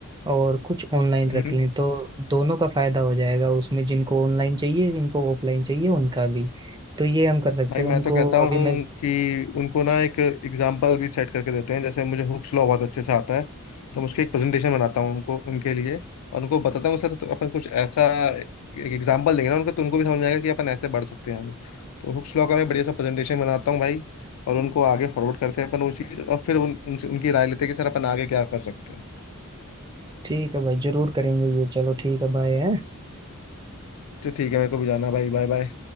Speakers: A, on the right (about 20°); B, on the left (about 85°).
A: और कुछ ऑनलाइन रख
B: हम्म।
A: लें तो दोनों का फायदा हो जाएगा उसमें जिनको ऑनलाइन चाहिए जिनको ऑफलाइन चाहिए उनका भी तो ये हम कर सकते
B: भाई
A: हैं
B: मैं
A: उनको
B: तो कहता हूँ
A: अभी मैं
B: कि उनको ना एक एग्जाम्पल भी सेट करके देते हैं जैसे मुझे हुक्स लॉ बहुत अच्छे से आता है तो मैं उसकी एक प्रेजेंटेशन बनाता हूँ उनको उनके लिए और उनको बताता हूँ सर तो अपन कुछ ऐसा एक एग्जाम्पल देंगे ना उनको तो उनको भी समझ में आएगा कि अपन ऐसे बढ़ सकते हैं आगे तो हुक्स लॉ का मैं बढ़िया सा प्रेजेंटेशन बनाता हूँ भाई और उनको आगे फॉरवर्ड करते हैं अपन वो चीज़ और फिर उन, उनसे- उनकी राय लेते हैं कि सर अपन आगे क्या कर सकते हैं
A: ठीक है भाई जरूर करेंगे ये चलो ठीक है बाय
B: तो ठीक है मेरे को भी जाना है भाई Bye bye